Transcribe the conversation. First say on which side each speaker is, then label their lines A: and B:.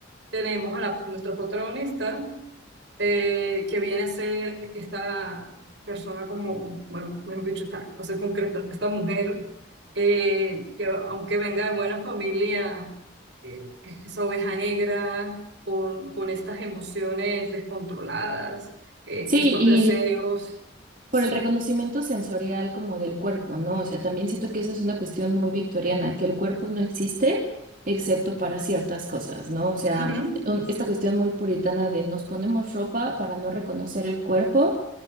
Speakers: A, on the right; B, on the right.
A: tenemos a la- nuestra protagonista eh, que viene a ser esta persona como, bueno, mejor dicho, esta, o sea, concreta, esta mujer, eh, que aunque venga de buena familia, eh, es esa oveja negra, con, con estas emociones descontroladas, eh,
B: Sí,
A: estos
B: y
A: deseos,
B: Por
A: sí.
B: el reconocimiento sensorial como del cuerpo, ¿no? O sea, también siento que esa es una cuestión muy victoriana, que el cuerpo no existe excepto para ciertas cosas, ¿no? O sea,
A: Ujú,
B: un- esta cuestión muy puritana de nos ponemos ropa para no reconocer el cuerpo